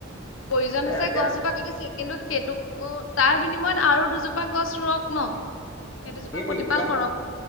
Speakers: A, on the left (about 85°); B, on the left (about 15°).
A: প্ৰয়োজন
B: সেইটোৱে
A: হৈছে
B: এতিয়া
A: গছজোপা কাটিছে কিন্তু সেইটো তাৰ বিনিময়ত আৰু দুজোপা গছ ৰুয়ক ন। সেইটোজোপা
B: সেইটো
A: প্ৰতিপাল
B: এতিয়া
A: কৰক